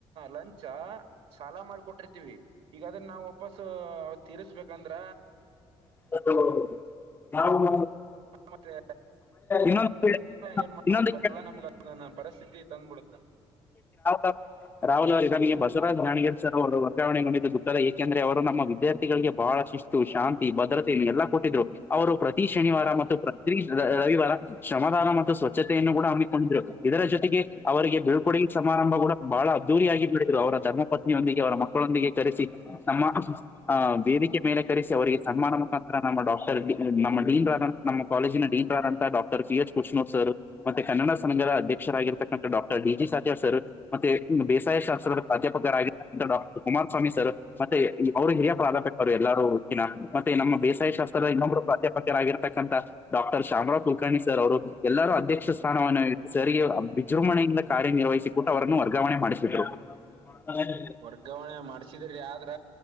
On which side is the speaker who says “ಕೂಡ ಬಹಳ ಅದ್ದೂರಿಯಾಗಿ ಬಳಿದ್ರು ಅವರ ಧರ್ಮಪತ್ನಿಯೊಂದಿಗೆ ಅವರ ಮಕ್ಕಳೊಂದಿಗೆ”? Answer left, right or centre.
Left